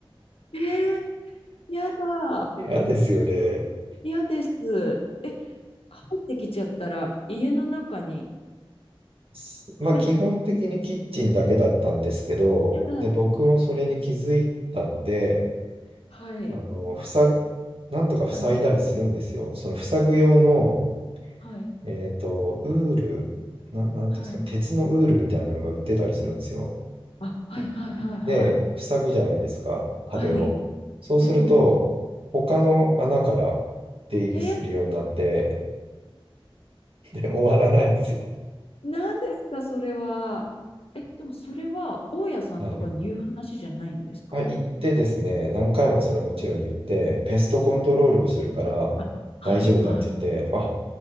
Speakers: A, on the left; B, on the right.
A: えー、やだ。
B: <laughs> 嫌ですよね。
A: 嫌です。え、入ってきちゃったら、家の中に、
B: すまあ基本的にキッチンだけだったんですけど、
A: はい、やだ。
B: で、僕もそれに気づいたので、
A: はい。
B: あの、塞ぐ、なんとか塞いだりするんですよ。
A: うん、
B: その塞ぐ用の、
A: はい。
B: えっと、ウール、な、なんていうんですか、
A: はい。
B: 鉄のウールみたいなのが売ってたりするんですよ。
A: あ、はい、はい、はい、はい。
B: で、塞ぐじゃないですか、壁を。
A: はい。
B: そうすると、
A: うん。
B: 他の穴から出入りするようになって、
A: え、
B: で、終わらないんですよ。
A: 何ですか、それは。え、でもそれは、大家さんとかに言う話じゃないんですか
B: はい。あ、行ってですね、何回もそれもちろん言って、ペストコントロールをするから大丈夫だって言って、
A: あ、はい、はい、
B: あ、